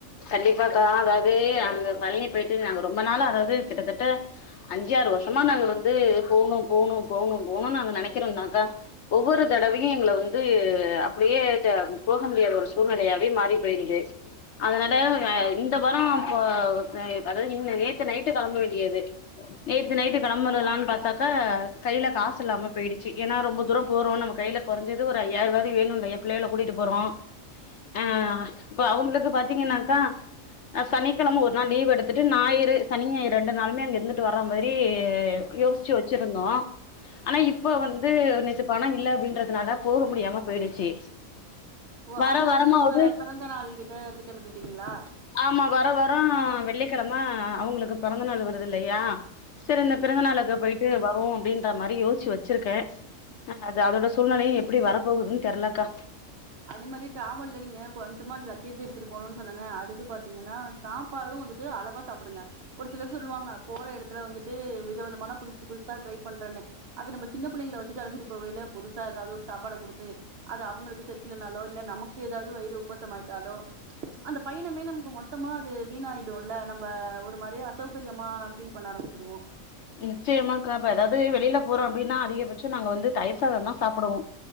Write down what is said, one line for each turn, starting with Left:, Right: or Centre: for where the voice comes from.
Left: கண்டிப்பாக்கா அதாவது அந்த பழனி போயிட்டு நாங்க ரொம்ப நாளா அதாது கிட்டத்தட்ட அஞ்சு ஆறு வருஷமா நாங்க வந்து போணு போணு போவுணு போவுணுனு நாங்க நெனைக்கறோந்தாக்கா ஒவ்வொரு தடவையு எங்கள வந்து அப்டியே போகமுடியாத ஒரு சூழ்நெலையாவே மாறி போய்டுது அதனால இந்த வாரொ இப்ப அதாது நேத்து நைட்டு கெளம்ப வேண்டியது நேத்து நைட்டு கெளம்பிடலா பாத்தாக்கா கைல காசு இல்லாம போயிடுச்சி ஏனா ரொம்ப தூரொ போறோ நம்ம கைல கொறஞ்சது ஒரு ஐயாயிர்வாவது வேணுல்ல பிள்ளைகள கூட்டிட்டு போறோ அ அவுங்ளுக்கு பாத் த்தீங்கனாக்கா சனிக்கெழம ஒரு நாள் லீவு எடுத்துட்டுஞாயிறு சனி ஞாயிறு ரெண்டு நாளுமே அங்கே இருந்துட்டு வர்ற மாரி யோஸ்ச்சு வச்சுருந்தோ ஆனா இப்போ வந்து நேத்து பணோ இல்ல அப்டின்றதுனால போக முடியாம போயிடுச்சி
Right: ஓ
Left: வர
Right: அதனாலதா
Left: வரமாவுது
Right: இப்ப பிறந்த நாள் கிட்ட திட்டமிட்டுட்டீங்களா
Left: ஆமா வர வரோ வெள்ளிக்கெழம அவுங்களுக்கு பெறந்தநாள் வருது இல்லையா செரி இந்த பிறந்தநாளுக்கு போயிட்டு வருவோ அப்டின்ற மாரி யோசிச்சு வெச்சிருக்கே ஆ அது அதோட சூழ்நிலையு எப்டி வரப் போகுதுன் தெர்லக்கா
Right: அதே மாரி ட்ராவல்ல நீங்க கொஞ்சமா லக்கேஜ் எடுத்துட்டு போணுனு சொன்னேனே அடுத்து பாத்தீங்கன்னா சாப் ப்பாடு வந்துட்டு அளவா சாப்டுங்க ஒரு சிலர் சொல்வாங்க போற எடத்துல வந்துட்டு வித விதமான புதுசு புதுசா ட்ரை பண்றேனு அது நம்ப சின்னப் பிள்ளைங்கள வெச்சிட்டு அழச்சிட்டு போவையில புதுசா ஏதாவது ஒரு சாப்பாட குடுத்து அது அவுங்களுக்கு செரி க்லேனாலோ இல்ல நமக்கு ஏதாது வயிறு உப்புச ஆயிட்டாலோ அந்த பயணமே நமுக்கு மொத்தமா அது வீணாயிடோல்ல நம்ப ஒரு மாரி அசௌக்ரியமா ஃபீல் பண்ண ஆரம்பிச்சிடுவோ
Left: நிச்சயமாக்கா இப்ப ஏதாது வெளில போறோ அப்டினா அதிகபட்சோ நாங்க வந்து தயிர் சாதோந்தா சாப்புடுவோ